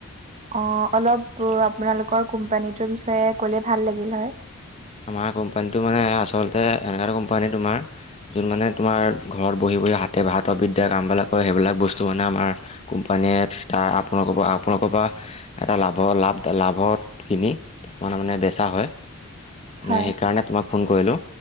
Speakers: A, on the right (about 30°); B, on the left (about 30°).
A: অ অলপ আপোনালোকৰ কোম্পানীটোৰ বিষয়ে ক'লে ভাল লাগিল হয়।
B: আমাৰ কোম্পানীটো মানে আচল তাতে এনেকুৱা এ কোম্পানী তোমাৰ যোন মানে তোমাৰ ঘৰত বহি বহি হাতে বা ভাত অবিদ্যা কামবিলাক কৰে সেই সেইবিলাক বস্তু মানে আমাৰ কোম্পানীয়ে তাৰ আপোনালোকৰ পৰা আপোনালোকৰ পৰা এটা লাভৰ লাভদ লাভত কিনি তাৰ ত মানে বেচা হয় মানে
A: হয়
B: সেইকাৰণে ফোন কৰিলোঁ।